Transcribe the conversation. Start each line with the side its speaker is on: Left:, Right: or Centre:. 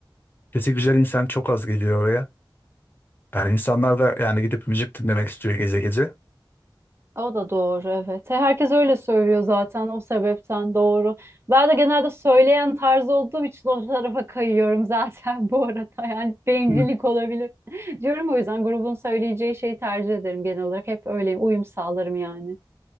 Left: sesi güzel insan çok az geliyor oraya. Yani insanlar da yani gidip müzik dinlemek istiyor gece gece.
Right: O da doğru evet. Herkes öyle söylüyor zaten o sebepten doğru. Ben de genelde söyleyen tarzı olduğum için o tarafa kayıyorum zaten <laughs> bu arada. Yani bencillik
Left: Hı.
Right: olabilir. <laughs> Diyorum o yüzden grubun söyleyeceği şeyi tercih ederim genel olarak. Hep öyleyim. Uyum sağlarım yani.